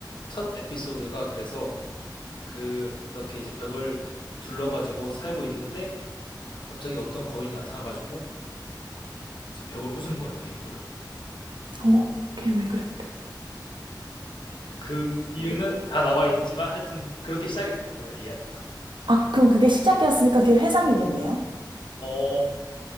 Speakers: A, on the left (about 90°); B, on the right (about 85°).
A: 첫 에피소드가 그래서 그렇게 이제 벽을 둘러가지고 살고 있는데 갑자기 어떤 거인이 나타나가지고 이제 벽을 부순 거예요, 입구를.
B: 어, 걔 왜 그랬대?
A: 그러니까 그 이유는 다 나와 있지만 하여튼 그렇게 시작이 되는 거예요, 이야기가.
B: 아, 그럼 그게 시작이었으니까 그게 회상이겠네요?
A: 어,